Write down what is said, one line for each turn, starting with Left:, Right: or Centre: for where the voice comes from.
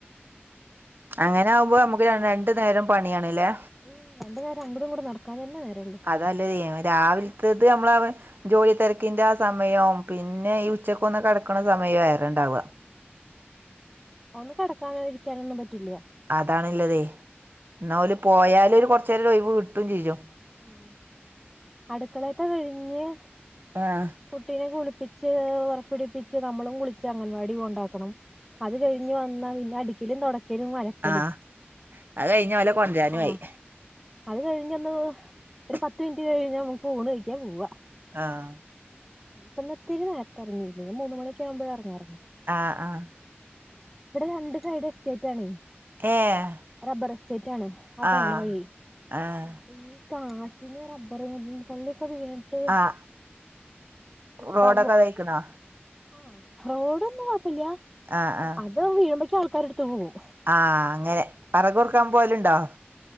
Right: അങ്ങനെ ആവുമ്പോ നമുക്ക് ര രണ്ടു നേരം പണിയണ്ല്ലേ
Centre: ഉം രണ്ട് നേരം അങ്ങടും ഇങ്ങടും നടക്കാൻ തന്നെ നേരൊള്ളൂ.
Right: അതല്ലത് രാവിലത്തത് നമ്മള അവ ജോലി തിരക്കിന്റെ ആ സമയം പിന്നെ ഈ ഉച്ചക്കൊന്ന് കടക്ക്ണ് സമയവും ആറെണ്ടാവ
Centre: ഒന്ന് കെടക്കാനോ ഇരിക്കാനോ ഒന്നും പറ്റില്ല്യ.
Right: അതാണ്ള്ളതെ ന്നാ ഓല് പോയാല് ഒരു കുറച്ച്നേരം ഒരൊഴിവ് കിട്ടും ചെയ്യും.
Centre: ഉും അടുക്കക്കളെത്ത് കഴിഞ്ഞ്
Right: ആഹ്
Centre: കുട്ടീനെ കുളിപ്പിച്ച് പുറപ്പിടിപ്പിച്ച് നമ്മളും കുളിച്ച് അംഗൻവാടിൽ കൊണ്ടാക്കണം അത് കഴി ഞ്ഞി വന്ന പിന്നെ അടിക്കലും തോടക് ക്കലും അലക്കലും
Right: ആഹ് അത് കഴിഞ്ഞ ഓലെ കൊണ്ടരാനും
Centre: ആ
Right: ആയി
Centre: അത് കഴിഞ്ഞ് ഒന്ന്
Right: <unintelligible>
Centre: ഒരു പത്ത് മിനിറ്റ് കഴിഞ്ഞാ നമുക്ക് ഊണ് കഴിക്കാൻ പോവാ
Right: ആഹ്
Centre: അപ്പ ഇന്ന് ഇതിരി നേരത്തെറങ്ങിക്ക്ണ് മൂന്ന് മണിക്കാവുമ്പഴെ യറങ്ങാറൊള്ളൂ.
Right: ആഹ ആഹ
Centre: ഇപടെ രണ്ട് സൈഡ് എസ്റ്റേറ്റ് ആണേ
Right: ഏഹ്
Centre: റബ്ബറ് എസ്റ്റേറ്റ് ആണ്. ആ പോണ
Right: ആഹ്
Centre: വഴി
Right: ആഹ്
Centre: അപ്പൊ ഈ കാറ്റിന് റബ്ബർ വികും കൊള്ളിക്കെ വീണിട്ട്
Right: ആഹ് റോഡൊക്കെ
Centre: <unintelligible>
Right: അതായിക്കണോ
Centre: ആഹ റോഡൊന്നും കൊഴപ്പല്ല്യ
Right: ആഹ ആഹ
Centre: അത് വീഴുബേക്ക് ആൾക്കാര് ത് പോവും
Right: ആഹ് അങ്ങനെ വെറക് പെറുക്കാൻ പോകലുണ്ടോ?